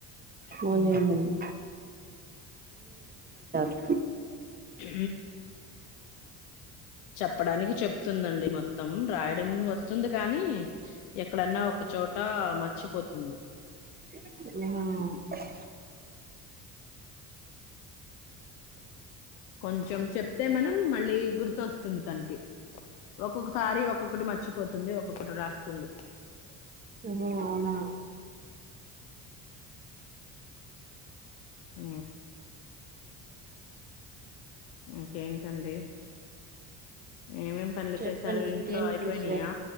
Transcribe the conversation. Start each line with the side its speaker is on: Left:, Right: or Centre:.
Right: అవునండి
Left: ఆ
Right: అ
Left: అ చెప్పడానికి చెప్తుందండి మొత్తం రాయడం వ తుంది కానీ ఎక్కడన్నా ఒక చోట మర్చిపోతుంది.
Right: ఓహ
Left: కొంచెం చెప్తే మనం మళ్ళీ గుర్తొస్తుంది తనకి ఒక్కొక్కసారి ఒక్కొక్కటి మర్చిపోతుంది ఒక్కొక్కటి రాస్తుంది.
Right: ఆహా అవునా
Left: ఆ ఇంకేంటండి ఏమేం పనులు
Right: చెప్పండి
Left: చేసారు
Right: ఇంకేంటి
Left: ఇంట్లో అయిపోయినాయా
Right: విషయాలు